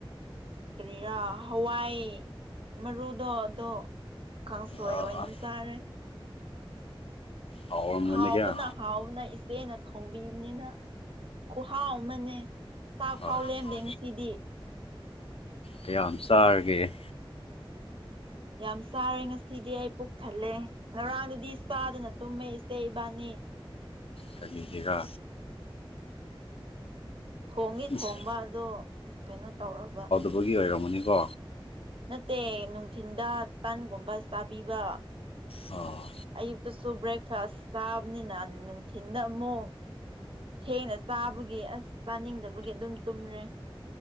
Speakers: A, on the right (about 70°); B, on the left (about 80°).
A: ꯀꯔꯤꯔꯥ ꯍꯋꯥꯏ ꯃꯔꯨꯗꯣ ꯑꯗꯣ ꯀꯥꯡꯁꯣꯏ
B: ꯑꯥ
A: ꯑꯣꯏꯅ
B: ꯑꯥ
A: ꯆꯥꯔꯦ
B: ꯍꯥꯎꯔꯝꯒꯅꯤꯗ
A: ꯍꯥꯎꯕꯅ ꯍꯥꯎꯕꯅ ꯏꯆꯦꯅ ꯊꯣꯡꯕꯤꯕꯅꯤꯅ ꯈꯨꯍꯥꯎ ꯑꯃꯅꯦ ꯆꯥꯛ ꯐꯥꯎ
B: ꯑꯠꯆꯥ
A: ꯂꯦꯝꯗꯦ ꯉꯁꯤꯗꯤ
B: ꯀꯌꯥꯝ ꯆꯥꯔꯒꯦ
A: ꯌꯥꯝ ꯆꯥꯔꯦ ꯉꯁꯤꯗꯤ ꯑꯩ ꯄꯨꯣꯛ ꯊꯜꯂꯦ ꯉꯔꯥꯡꯗꯗꯤ ꯆꯥꯗꯅ ꯇꯨꯝꯃꯦ ꯏꯆꯦ ꯏꯕꯥꯅꯤ
B: ꯀꯔꯤꯁꯤꯒ
A: ꯊꯣꯡꯉ
B: ꯏꯁ
A: ꯊꯣꯡꯕ ꯑꯗꯣ ꯀꯩꯅꯣ ꯇꯧꯔꯕ
B: ꯑꯗꯨꯒꯤ ꯑꯣꯏꯔꯝꯃꯅꯤꯀꯣ
A: ꯅꯠꯇꯦ ꯅꯨꯡꯊꯤꯟꯗ ꯇꯟꯒꯨꯝꯕ ꯆꯥꯕꯤꯕ
B: ꯑꯣ
A: ꯑꯌꯨꯛꯇꯁꯨ ꯕ꯭ꯔꯦꯛꯐꯥꯁ ꯆꯥꯕꯅꯤꯅ ꯅꯨꯡꯊꯤꯤꯟꯗ ꯑꯃꯨꯛ ꯊꯦꯡꯅ ꯆꯥꯕꯒꯤ ꯑꯁ ꯆꯥꯅꯤꯡꯗꯕꯒꯤ ꯑꯗꯨꯝ ꯇꯨꯝꯔꯦ